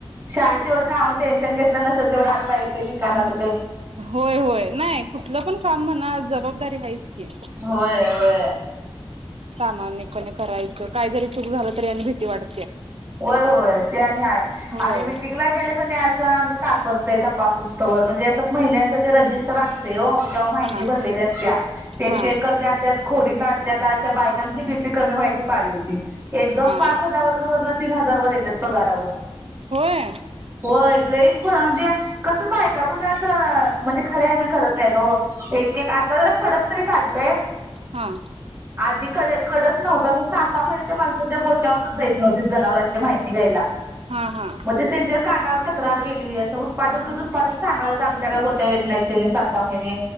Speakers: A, on the right (about 25°); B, on the right (about 75°).
A: शाळेत एवढं कामाचं टेन्शन घेतलं नस सल तेवढं आता येतय लिखाणाच
B: होय होय नाय कुठलं पण काम म्हणा जबाब- दारी हायेच की
A: होय होय
B: प्रमाणीक पणे करायच काय जरी चूक झालं तरी आण भीती वाड
A: होय, होय. ते आणि हाय
B: होय
A: आणि मिटिंगला गेलं की नाही असं कापरत - ते तपासोसतवर. म्हणजे असं महिन्याचं ते रजिस्टर असतय ओ. माहिती
B: हा
A: भरलेली असतीया ते
B: हा
A: चेक करत त्याच खोडी काढतात अशा बायका कंची भिती कमी व्हायची पाळी होती. एकदम
B: हा
A: पाच हजारवरनं हजारवर येत्यात पगारावर.
B: होय
A: होय लईच हो म्हणजे कसं बायका पण असं म्हणजे खरे आहे ना करत नाही ओ. एक एक आता जरा कडक तरी काढलंय.
B: हा
A: आधी कर- कडत नव्हता असं सास सहा महिन्याच्या माणसाच्या गोट्यावरचचं जायत नव्हते. जनावरांची माहिती घ्यायला.
B: हा हा
A: मग ते त्यांच्या कानावर तक्रार गेली. असं उत्पादक, दूध उत्पादक सांगाय आमच्या कडे गोठ्यात येत नाहीत. त्यांनी सहा सहा महिने.